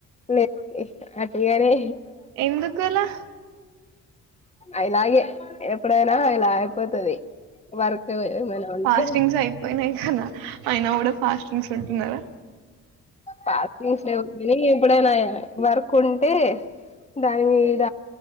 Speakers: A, on the left; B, on the right.
A: లేదండి అట్టిగానే
B: ఎందుకులా
A: ఐలాగే ఎప్పుడైనా ఇలా అయిపోతది. వర్క్ ఏమైనా ఉంటే
B: ఫాస్టింగ్స్ అయిపోయినయి కదా ఐనా గుడ ఫాస్టింగ్స్ ఉంటున్నారా?
A: పాస్టింగ్స్ లెవ్ కని ఎప్పుడైనా వర్క్ ఉంటే, దాని మీద